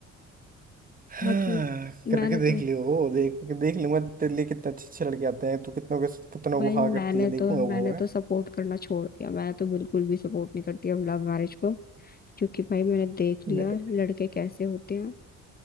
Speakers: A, on the right; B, on the left.
A: हाँ
B: बाकी
A: करके
B: मैंने
A: देख
B: तो
A: लियो वो देख देख लूंगा तेरे लिए कितने अच्छे अच्छे लड़के आते हैं तू कितनों के कितनों
B: भाई
A: को
B: मैंने
A: हाँ करती है देखूंगा
B: तो
A: वो
B: मैंने
A: मैं
B: तो सपोर्ट करना छोड़ दिया मैंने तो बिल्कुल भी सपोर्ट नहीं करती अब लव मैरिज को क्योंकि भाई मैंने देख लिया
A: मेरे
B: लड़के कैसे होते हैं